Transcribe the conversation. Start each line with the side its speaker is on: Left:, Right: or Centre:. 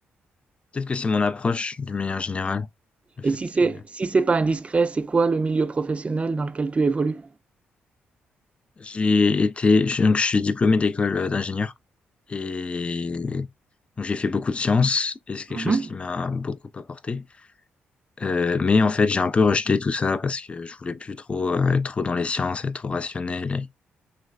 Left: Peut-être que c'est mon approche d'une manière générale, le
Right: Et
Left: fait
Right: si c'est,
Left: que
Right: si c'est pas indiscret, c'est quoi le milieu professionnel dans lequel tu évolues?
Left: j'ai été, je, donc je suis diplômé d'école euh, d'ingénieur et donc j'ai fait beaucoup de sciences et c'est quelque
Right: Mhm.
Left: chose qui m'a beaucoup apporté. Euh, mais en fait, j'ai un peu rejeté tout ça parce que je voulais plus trop euh, être trop dans les sciences, être trop rationnel. Et...